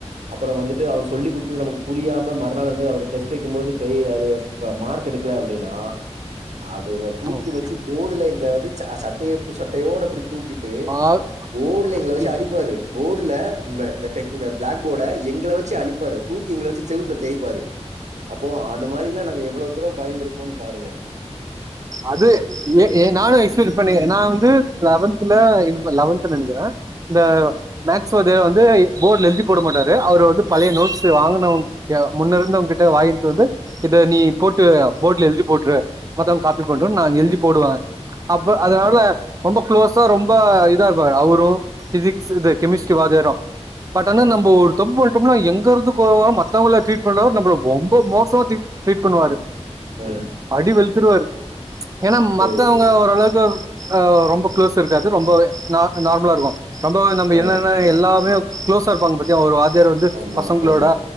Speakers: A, on the right; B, on the right.
A: அப்பறோ வந்துட்டு அவர் சொல்லிக் குடுத்தது நமக்கு புரியா ம மறுநாள் வந்து அவரு டெஸ்ட் வைக்கும்போது பெயில் அது மார்க் எடுக்கல அப்டின்னா அப்ப எங்க தூக்கி
B: ம்.
A: வச்சி போர்ட்ல எங்கள வந்து சட்டைய சட்டையோட அப்டி தூக்கிட் ஏய்
B: ஆ-
A: போர்ட்ல எங்கள வச்சி
B: ஏ-
A: அழிப்பாரு போர்ட்ல இந்த டெக் இந்த பிளாக் போர்ட எங்கள வச்சி அழிப்பாரு தூக்கி எங்கள வச்சி செவுத்துல தேய்ப்பாரு அப்ப அந்த மாரில்லா நாங்க எவ்வளவு தூரோ பயந்துருப்போன்னு பாருங்க
B: அது எ எ நானு எஸ்பர்ட் பண்ணி நா வந்து லெவன்த்ல இது லெவன்த் நெனைக்கிறே இந்த மேக்ஸ் வாத்தியார் வந்து போர்ட்ல எழுதி போட மாட்டாரு அவரு வந்து பழைய நோட்ஸ் வாங்கனவங் யா முன்ன இருந்தவங்ககிட்ட வாங்கிட்டு வந்து இத நீ போட்டு போர்ட்ல எழுதி போட்டுரு மத்தவங்க காப்பி பண்ணட்டு
A: ம்
B: நா எழுதி போடுவே அப்ப அதனால ரொம்ப குளோஸா ரொம்ப இதா இருப்பாரு அவரு பிசிக்ஸ் இது
A: ம்
B: கெமிஸ்ட்ரி வாத்தியாரு பட் ஆனா
A: ஆ
B: நம்ம ஒரு தப்பு பண் <unintelligible> எங்க இருந்து கோவோ வரு மத்தவங்கள ட்ரீட் பண்றாரு நம்மள ரொம்ப மோசமா ட்ரீட் ட்ரீட் பண்ணுவாரு
A: ஆ
B: அடி வெளுத்துருவாரு ஏனா
A: சேரி
B: மத்தவங்க
A: சேரி
B: ஓரளவுக்கு அ ரொம்ப க்ளோஸ் இருக்காது ரொம்ப நா நார்மலா இருக்கு ரொம்ப நம்ம
A: ஆ
B: என்னன்ன எல்லாமே குளோஸா இருப்பாங்க பத்தி ஒரு வாத்தியார் வந்து
A: ஆமா
B: பசங்ளோட
A: ஆமா